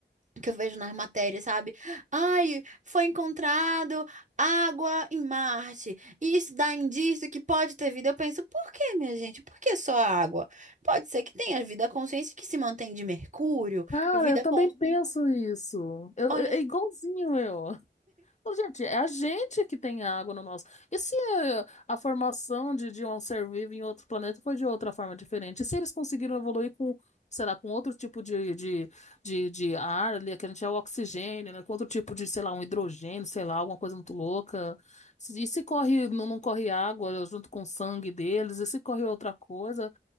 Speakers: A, on the right (about 40°); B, on the left (about 40°).
A: que eu vejo nas matérias, sabe? Ai, foi encontrado água em Marte. E isso dá indício que pode ter vida. Eu penso, por que, minha gente? Por que só água? Pode ser que tenha vida consciente que se mantém de Mercúrio,
B: Cara,
A: vida
B: eu também
A: consciente,
B: penso isso. Eu,
A: olha,
B: eu- é
A: só,
B: igualzinho eu. Ô, Gente, é a gente que tem água no nosso. E se é, a formação de, de um ser vivo em outro planeta foi de outra forma diferente? E se eles conseguiram evoluir com, sei lá, com outro tipo de, de, de, de ar ali, que a gente é o oxigênio, né? Com outro tipo de, sei lá, um hidrogênio, sei lá, alguma coisa muito louca. Se- E se corre, não, não corre água junto com o sangue deles? E se corre outra coisa?